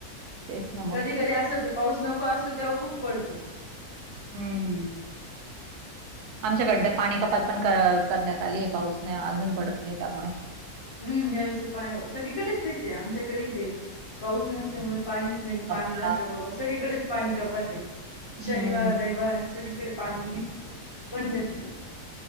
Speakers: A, on the right; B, on the left.
A: तेच ना मग.
B: कधी कधी असं होतं पाऊस नको असतो तेव्हा खूप पडतो.
A: हूम्म.
B: <inaudible>
A: आमच्याकड तर पाणी कपात पण क करण्यात आली आहे. पाऊस नाही अजून पडत नाही त्यामुळे.
B: हम्, यावेळेस पा सगळीकडेच तेच आहे, आमच्याकडेही ते पाऊस नस ल्यामुळे पाणीच नाही, पाणी
A: कपात
B: नसल्यामुळे मग सगळीकडेच पाणी कपात हेय.
A: हम्म.
B: शनिवार, रविवार सगळीकडे पाणीचं बंदच.